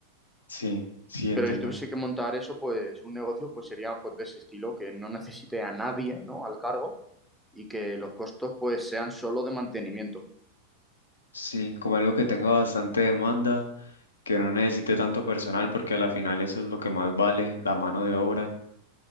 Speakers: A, on the left (about 70°); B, in the centre.
A: Sí, sí, entiendo.
B: Pero si tuviese que montar eso, pues un negocio pues sería pues de ese estilo, que no necesite a nadie, ¿no? Al cargo y que los costos pues sean solo de mantenimiento.
A: Sí, como algo que tenga bastante demanda, que
B: Ajá,
A: no necesite tanto personal, porque a la final eso es lo que más vale, la mano de obra.